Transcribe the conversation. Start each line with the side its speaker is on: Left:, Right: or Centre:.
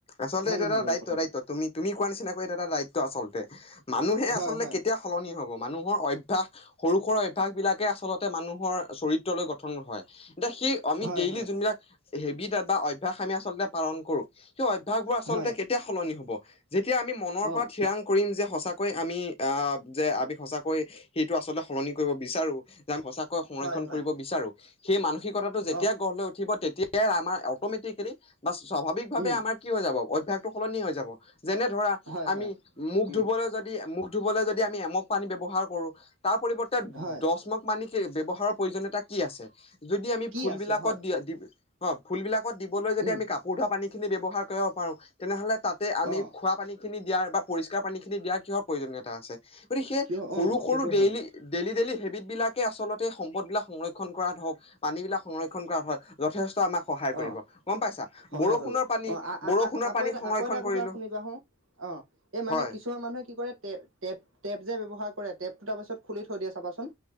Left: আচলতে
Right: হয়
Left: এইটো
Right: নহয়
Left: এটা
Right: বাৰু
Left: দায়িত্ব,
Right: কথাটো
Left: দায়িত্ব তুমি তুমি কোৱা নিচিনাকৈ এইটো এটা দায়িত্ব আচলতে, মানুহে
Right: হয়
Left: আচলতে
Right: হয়
Left: কেতিয়াও সলনি হ'ব মানুহৰ অভ্যাস সৰু সুৰা অভ্যাস বিলাকে আচলতে মানুহৰ চৰিত্ৰলৈ গঠন হয়, এতিয়া সেই আমি
Right: হয়
Left: ডেইলি
Right: হয়
Left: যোনবিলাক হেবিট বা অভ্যাস, আমি আচলতে পালন কৰোঁ, সেই অভ্যাসবোৰ আচলতে
Right: হয়
Left: তেতিয়া সলনি হ'ব, যেতিয়া আমি মনৰ
Right: অ
Left: পৰা ঠিৰাং কৰিম যে সঁচাকৈ আমি যে, আমি সঁচাকৈ সেইটো আচলতে সলনি কৰিব বিচাৰো যে, আমি সঁচাকৈ সংৰক্ষণ
Right: হয় হয়
Left: কৰিব বিচাৰো। সেই মানসিকতাটো যেতিয়াই
Right: অ
Left: গঢ় লৈ উঠিব, তেতিয়াই আমাৰ অট'মেটিকেলি বা স্বাভাৱিক ভাৱে
Right: উম
Left: আমাৰ কি হৈ যাব, অভ্যাসটো সলনি হৈ যাব, যেনে ধৰা
Right: হয়
Left: আমি
Right: হয়
Left: মুখ
Right: উম
Left: ধুবলৈ যদি যদি মুখ ধুবলৈ, যদি আমি এমগ পানী ব্যৱহাৰ কৰো তাৰ পৰিৱৰ্তে
Right: হয়
Left: দচ মগ পানী ব্যৱহাৰৰ প্ৰয়োজনীয়তা কি আছে, যদি আমি
Right: কি
Left: ফুল
Right: আছে
Left: বিলাকত
Right: হয়
Left: দি হয়, ফুলবিলাকত দিবলৈ যদি
Right: উম
Left: আমি কাপোৰ ধোৱা পানীখিনি ব্যৱহাৰ কৰিব পাৰো, তেনেহ'লে তাত তাতে আমি
Right: অ
Left: খোৱা পানীখিনি দিয়াৰ বা পৰিষ্কাৰ পানীখিনি দিয়াৰ কিহৰ প্ৰয়োজনীয়তা আছে। গতিকে, সেই
Right: কিয়
Left: সৰু
Right: অ
Left: সৰু
Right: সেইটো
Left: ডেইলি
Right: হয়
Left: ডেইলি ডেইলি হেবিট বিলাকে আচলতে সম্পদবিলাক সংৰক্ষণ কৰাত হওক, পানী বিলাক সংৰক্ষণ কৰা হয়, যথেষ্ট আমাক সহায় কৰিব
Right: অ
Left: গম পাইছা।
Right: সহায়
Left: বৰষুণৰ
Right: কৰিব,
Left: পানী
Right: অ', আ
Left: বৰষুণৰ
Right: আকৌ
Left: পানী
Right: এটা,
Left: সংৰক্ষণ
Right: আকৌ এটা
Left: কৰিলো
Right: কথা শুনিবাহো, অ', এই মানে
Left: হয়
Right: কিছু কিছুমান মানুহে কি কৰে, টেপ যে ব্যৱহাৰ কৰে টেপটো তাৰপিছত খুলি থৈ দিয়ে চাবাচোন।